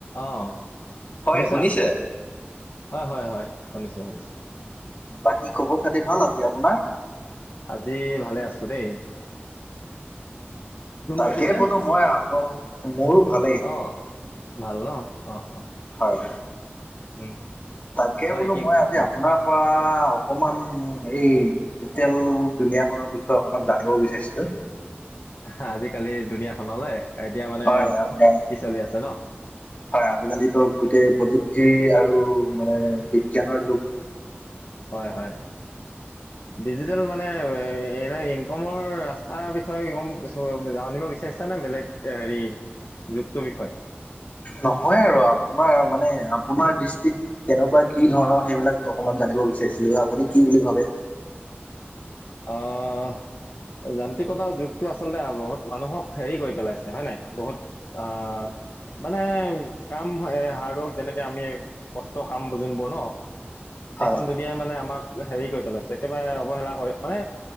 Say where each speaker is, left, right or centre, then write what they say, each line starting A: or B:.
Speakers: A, on the left (about 60°); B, on the left (about 35°).
A: অ
B: হয়
A: শুনিছা?
B: শুনিছে
A: হয় হয় হয় শুনিছো শুনিছো।
B: বাকী খবৰ খাতি ভাল আজি আপোনাৰ?
A: আজি ভালে আছো দেই। তোমাৰ
B: তাকে
A: পিছে
B: বোলো মই আপ মোৰো ভালেই
A: অঁ ভাল ন অঁ অঁ।
B: হয়।
A: উম।
B: তাকে
A: হয়
B: বোলো
A: কি
B: মই আজি
A: অঁ
B: আপোনাৰ পৰা- অকমান এই ডিজিটেল দুনীয়াখনৰ বিষয়ে অকমান জানিব বিচাৰিছিলো।
A: হা আজিকালি দুুনীয়াখনলে। এতিয়া মানে
B: হয় আপোনাৰ
A: কি চলি আছে ন?
B: হয় আজিকালিতো গোটেই প্ৰযুক্তি আৰু মানে বিজ্ঞানৰ যুগ।
A: হয় হয়। ডিজিটেল মানে এনে ইনকমৰ ৰাস্তাৰ বিষয়ে গম চম জানিব বিচাৰিছা নে বেলেগ হেৰি যুগটোৰ বিষয়ে?
B: নহয় আৰু আপোনাৰ মানে আপোনাৰ দৃষ্টিত কেনেকুৱা, কি ধৰণৰ সেইবিলাক অকমান জানি ব বিচাৰিছো, আপুনি কি বুলি ভাবে?
A: আহ যান্ত্ৰিকতাৰ যুগটো আচলতে বহুত মানুহক হেৰি কৰি পেলাইছে হয় নাই বহুত আহ মানে কাম এ হাৰ্ডৱৰ্ক যেনেকে আমি কষ্ট কাম যোনবোৰ ন
B: হয়
A: এখন দুুনীয়াই মানে আমাক হেৰি কৰি পেলাইছে একেবাৰে অৱহেলা কৰি মানে